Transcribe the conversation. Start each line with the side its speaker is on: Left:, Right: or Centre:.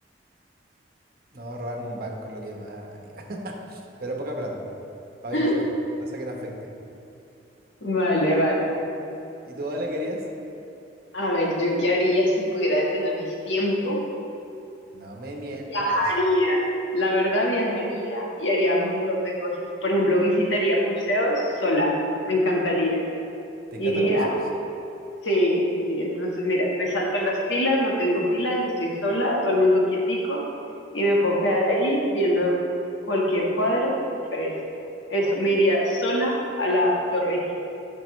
Right: no, robarme un banco es lo que más haría. <laughs> Pero poca plata, para
Left: <laughs>
Right: vivir, cosa que no afecte.
Left: Vale, vale.
Right: ¿Y tú, Ale, querías?
Left: A ver, ¿yo qué haría si pudiera detener el tiempo?
Right: No me mientas.
Left: Viajaría. La verdad, viajaría y haría un montón de cosas. Por ejemplo, visitaría museos sola. Me encantaría.
Right: ¿Te encantan
Left: Iría
Right: los museos?
Left: Sí, sí, sí. Entonces, mira,
Right: Bueno.
Left: me salto las filas, no tengo filas, estoy sola, todo el mundo quietico y me puedo quedar ahí viendo cualquier cuadro fresca. Eso, me iría sola a la Torre Eiffel